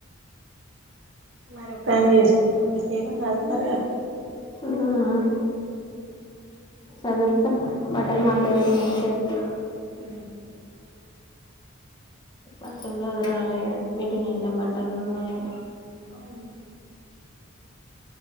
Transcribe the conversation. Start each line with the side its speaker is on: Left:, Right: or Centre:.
Right: మరిొ ఒకదానివే చేసుకుంటావ చేయమనురదు ఉన్నారుగా
Left: ఆ సదుర్త బట్టలు మత నం సేత <unintelligible>
Right: ఆ
Left: బట్టలు చదిరాలి. బెడ్ నిండా బట్టలు ఉన్నాయి.
Right: అవును